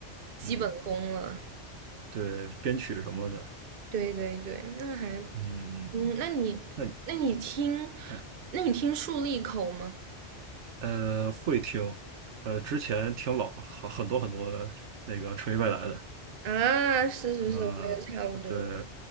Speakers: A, on the right (about 55°); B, on the right (about 75°).
A: 基本功了。
B: 嗯对编曲什么的，
A: 对对对，那还
B: 嗯，
A: 嗯，那你那你听，
B: 那你呃
A: 那你听竖立口吗？
B: 呃会听，呃之前听老很很多很多那个纯音未来的，
A: 啊，是是是，
B: 嗯对，
A: 我也差不多。